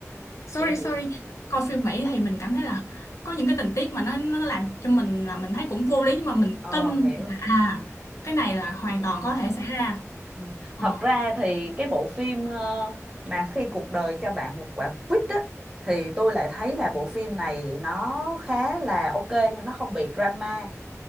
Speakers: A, on the left; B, on the right.
A: sorry
B: Hiểu hiểu.
A: sorry coi phim Mỹ thì mình cảm thấy là có những cái tình tiết mà nó nó làm cho mình là mình thấy cũng vô lý nhưng mà mình
B: Ờ
A: tin
B: hiểu.
A: là à cái này là hoàn
B: Ừ.
A: toàn có thể xảy ra
B: Ừ.
A: ờ
B: Thật ra thì cái bộ phim ờ, mà khi cuộc đời cho bạn một quả quýt á thì tôi lại thấy là bộ phim này nó khá là ok nha, nó không bị drama,